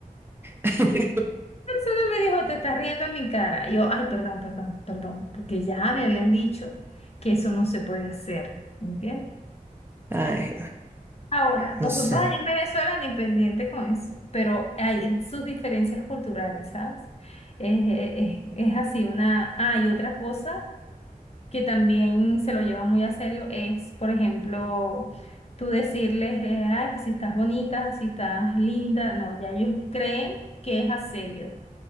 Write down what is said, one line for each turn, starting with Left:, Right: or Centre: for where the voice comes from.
Right: <laughs>
Left: persona me dijo, te estás riendo en mi cara. Y yo, ay, perdón, perdón, perdón, porque ya me habían dicho que eso no se puede hacer, ¿me ¿entiendes?
Right: Ay,
Left: Ahora,
Right: no
Left: nosotros
Right: sé,
Left: allá en Venezuela ni pendiente con eso, pero hay sus diferencias culturales, ¿sabes? Es, es- es- es así, una... Ah, y otra cosa que también se lo llevan muy a serio es, por ejemplo, tú decirles, eh, "Ay, que si estás bonita, si estás linda, no, ya ellos creen que es asedio.